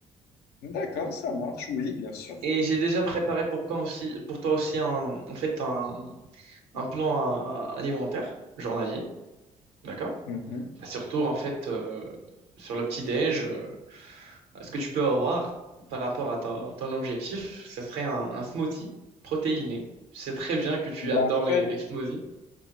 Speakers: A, on the left; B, on the right.
A: D'accord, ça marche, oui, bien sûr.
B: Et j'ai déjà préparé pour, quand aussi, pour toi aussi un, en fait un, un plan euh, alimentaire journalier. D'accord?
A: Mhm.
B: Bah, surtout, en fait, euh, sur le petit-déj. euh, Ce que tu peux avoir par rapport à ton, ton objectif, ce serait un, un smoothie protéiné. Je sais très bien que tu
A: Bah,
B: adores
A: en fait,
B: les, les smoothies.